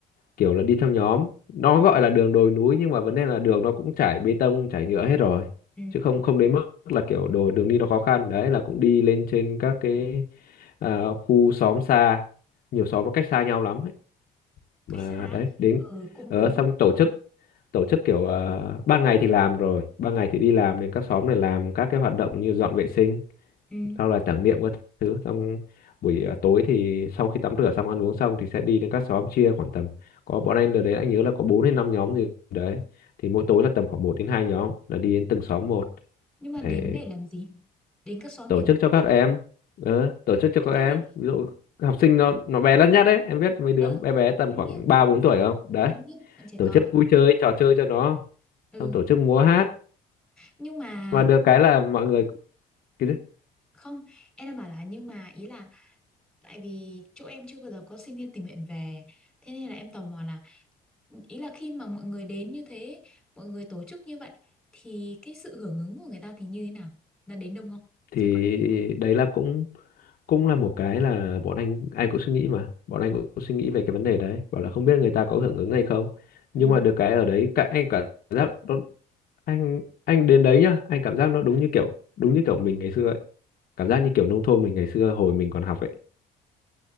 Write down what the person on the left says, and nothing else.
kiểu là đi theo nhóm nó
gọi là đường đồi núi nhưng mà vấn đề là đường nó cũng trải bê tông trải nhựa hết rồi
chứ không không đến mức là kiểu đồ đường đi nó khó khăn đấy là cũng đi lên trên các cái à, khu xóm xa nhiều xóm nó cách xa nhau lắm ấy. mà
đấy đến
ở
xong tổ chức tổ chức kiểu uh, ban ngày thì làm rồi ban ngày thì đi làm đến các xóm này làm các cái hoạt động như dọn vệ sinh
sau là tưởng niệm các thứ xong buổi à, tối thì sau khi tắm rửa xong ăn uống xong thì sẽ đi đến các xóm chia khoảng tầm có bọn anh ở đấy anh nhớ là có 4 đến 5 nhóm gì đấy thì mỗi tối là tầm khoảng một đến 2 nhóm là đi đến từng xóm một
để
tổ
chức
cho các em ờ, tổ chức cho
các
em
ví dụ học sinh nó nó bé lắt nhát đấy em biết mấy đứa
bé bé tầm
khoảng
3 4 tuổi không đấy
tổ
chức vui chơi trò chơi cho nó
xong tổ chức múa hát
mà được cái là mọi người cái gì?
thì
đấy là cũng cũng là một cái là bọn anh ai cũng suy nghĩ mà bọn anh cũng suy nghĩ về cái vấn đề đấy bảo là không biết người ta có hưởng ứng hay không
nhưng mà được cái ở đấy cả anh cảm giác nó anh anh đến đấy nhá anh cảm giác nó đúng như kiểu đúng như kiểu mình ngày xưa ấy cảm giác như kiểu nông thôn mình ngày xưa hồi mình còn học ấy